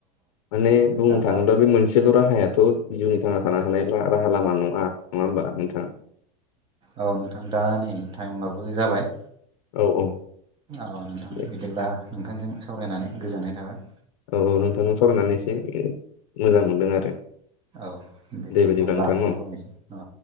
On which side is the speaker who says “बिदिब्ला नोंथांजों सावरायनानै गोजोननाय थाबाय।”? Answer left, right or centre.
Right